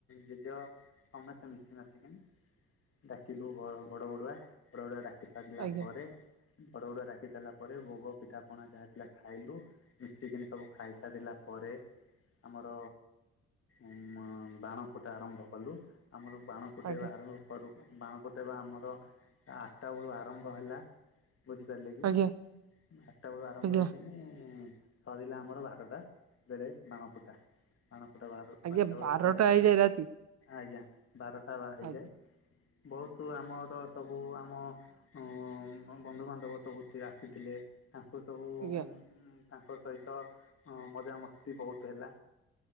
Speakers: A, on the left; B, on the right.
A: ଜେଜ ସମସ୍ତେ ମିଶି ମାସିକିନି ଡାକିଲୁ ବ ବଡ ବଡୁଆ ବଡ଼ ବଡୁଆ ଡାକି ସାରିଲା
B: ଆଜ୍ଞା
A: ପରେ
B: ଆଜ୍ଞା
A: ବଡ ବଡୁଆ ଡାକି ସାରିଲା ପରେ ଭୋଗ ପିଠା ପଣା ଯାହା ଥିଲା ଖାଇଲୁ। ମିଶିକିନି ସବୁ ଖାଇସାରିଲା ପରେ ଆମର ଅମ ବାଣ ଫୁଟା ଆରମ୍ଭ କଲୁ। ଆମର ବାଣ ଫୁ ଫୁଟାଇବା
B: ଆଜ୍ଞା
A: ଆରମ୍ଭ କରୁ। ବାଣ ଫୁଟାଇବା ଆମର ଆଠଟା ବେଳୁ ଆରମ୍ଭ ହେଲା। ବୁଝିପାରିଲେ କି
B: ଆଜ୍ଞା
A: ଆଠଟା ବେଳକୁ ଆରମ୍ଭ
B: ଆଜ୍ଞା
A: ହେଇକିନି ସରିଲା ଆମର ବାରଟା ବେଳେ ବାଣ ଫୁଟା। ବାଣଫୁଟା ବାର
B: ଆଜ୍ଞା
A: ବାରଟା ବେଳେ ସରି
B: ହେଇଯାଏ ରାତି
A: ଆଜ୍ଞା ବାରଟା ବା ହେଇଯାଏ।
B: ଆଜ୍ଞା
A: ବହୁତ ଆମର ସବୁ ଆମ ଉ ବନ୍ଧୁବାନ୍ଧବ ସବୁ ଆସିଥିଲେ ତାଙ୍କୁ ସବୁ
B: ଆଜ୍ଞା
A: ତାଙ୍କ ସହିତ ଅ ମଜାମସ୍ତି ବହୁତ ହେଲା।